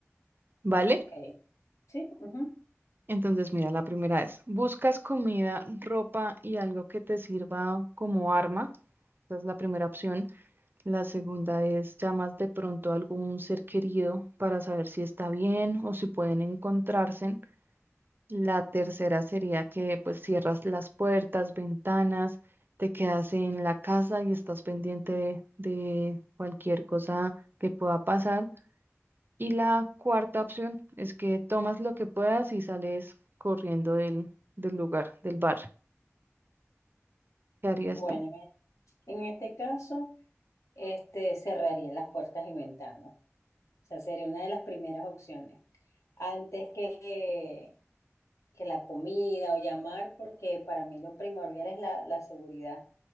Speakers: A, on the right (about 45°); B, on the left (about 75°).
A: ¿vale?
B: Ok, sí, ujú.
A: Entonces, mira, la primera es, ¿buscas comida, ropa y algo que te sirva como arma? Esa es la primera opción. La segunda es, ¿llamas de pronto a algún ser querido para saber si está bien o si pueden encontrarse? La tercera sería que pues cierras las puertas, ventanas, te quedas en la casa y estás pendiente de, de cualquier cosa que pueda pasar. Y la cuarta opción es que tomas lo que puedas y sales corriendo del, del lugar, del bar. ¿Qué harías
B: Bueno,
A: tú?
B: en en este caso, este, cerraría las puertas y ventanas. O sea, sería una de las primeras opciones. Antes que, que la comida o llamar, porque para mí lo primordial es la, la seguridad.